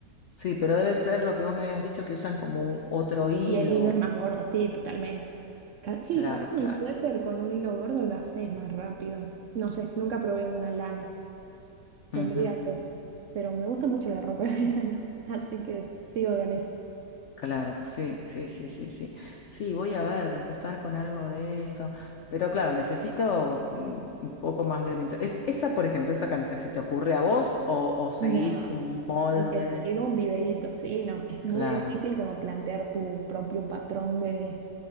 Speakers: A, on the left; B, on the right.
A: Sí, pero debe ser lo que vos me habías dicho que usan como un otro hilo.
B: Y el hilo es más gordo, sí, totalmente. Ca- sí,
A: Claro,
B: capaz un
A: claro.
B: suéter con un hilo gordo lo haces más rápido. No sé, nunca probé una lana. Tendría
A: Ujú,
B: que, pero me gusta mucho la ropa de <laughs> verano, así que sigo con eso.
A: Claro, sí, sí, sí, sí, sí. Sí, voy a ver, de empezar con algo de eso. Pero claro, necesito mm, un poco más de orientación. Es, esa, por ejemplo, esa camisa, ¿se te ocurre a vos o, o seguís
B: No,
A: un molde?
B: hay que seguir un videíto, sí, no. Es muy
A: Claro,
B: difícil como plantear tu propio patrón de